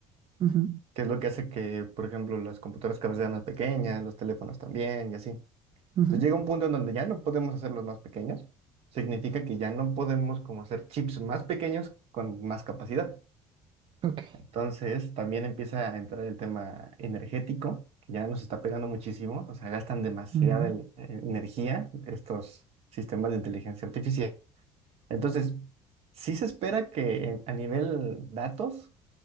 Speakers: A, on the right; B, on the right.
A: Ujú,
B: que es lo que hace que, por ejemplo, las computadoras cada vez sean más pequeñas, los teléfonos también y así. Entonces
A: ujú.
B: llega un punto en donde ya no podemos hacerlos más pequeños. Significa que ya no podemos como hacer chips más pequeños con más capacidad.
A: Ok.
B: Entonces, también empieza a entrar el tema energético, que ya nos está pegando muchísimo, o sea, gastan demasiada
A: Ujú.
B: el- eh, energía estos sistemas de inteligencia artificial. Entonces, sí se espera que en- a nivel datos